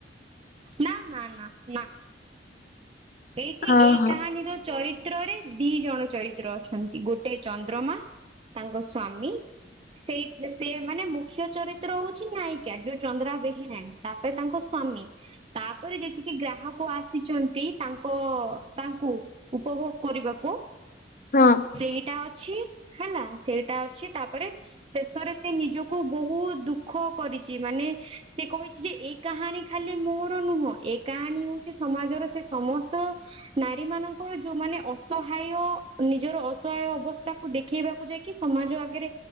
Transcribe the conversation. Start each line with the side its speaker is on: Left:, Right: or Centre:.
Right: ନା ନା ନା ନା ଏଇଠି
Left: ହଁ
Right: ଏଇ
Left: ହଁ
Right: କାହାଣୀର ଚରିତ୍ରରେ ଦି ଜଣ ଚରିତ୍ର ଅଛନ୍ତି ଗୋଟେ ଚନ୍ଦ୍ରମା ତାଙ୍କ ସ୍ଵାମୀ ସେଇ ସିଏ ମାନେ ମୁଖ୍ୟ ଚରିତ୍ର ହଉଛି ନାୟିକା ଯୋଉ ଚନ୍ଦ୍ରା ବେହେରାଣୀ। ତାପରେ ତାଙ୍କ ସ୍ଵାମୀ ତାପରେ ଯେତିକି ଗ୍ରାହକ ଆସିଚନ୍ତି। ତାଙ୍କ ତାଙ୍କୁ ଉପଭୋଗ କରିବାକୁ।
Left: ହଁ
Right: ସେଇଟା ଅଛି ହେଲା ସେଇଟା ଅଛି ତାପରେ ଶେଷରେ ସେ ନିଜକୁ ବହୁତ ଦୁଃଖ କରିଛି ମାନେ ସେ କହି ଯେ ଏ କାହାଣୀ ଖାଲି ମୋର ନୁହଁ ଏ କାହାଣୀ ହଉଛି ସମାଜର ସେ ସମସ୍ତ ନାରୀ ମାନଙ୍କର ଯୋଉମାନେ ଅସହାୟ ନିଜର ଅସହାୟ ଅବସ୍ଥା। ଦେଖେଇବାକୁ ଯାଇକି ସମାଜ ଆଗରେ।